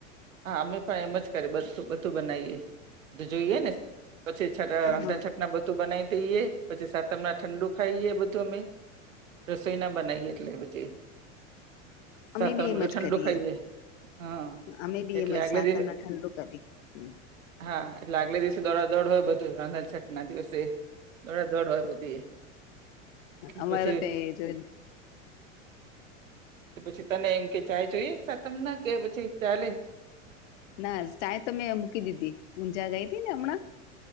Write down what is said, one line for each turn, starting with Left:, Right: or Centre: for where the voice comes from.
Right: હા અમે પણ એમ જ કરી બું બધું બનાવીએ બધું જોઈએ ને પછી છે તે
Left: હા
Right: રાંધન છ ના બધું બનાવી દઈએ પછી સાતમ ના ઠંડુ ખાઈએ બધું અમે રસોઈના બનાવીએ એટલે પછી
Left: અમે
Right: સાતમ
Left: બી એમ
Right: બધું
Left: જ
Right: ઠંડુ
Left: કરીએ
Right: ખાઈએ હા
Left: અમે બી
Right: એટલે
Left: એમ જ
Right: આગલે
Left: સાતમને
Right: દિવસ
Left: ઠંડુ કરીયે હમ્મ
Right: હા એટલે આગલે દિવસે દોડા દોડ હોય બધું રાંધાન છઠ ના દિવસે દોડા દડ હોય પછી
Left: અમારે
Right: પછી
Left: તો એ
Right: તો પછી તને એમ કે ચાય જોઈએ સા તમને કે પછી ચાલે
Left: ના ચા તો મેં મૂકી દીધી ઊંઝા ગઈ હતી ને હમણાં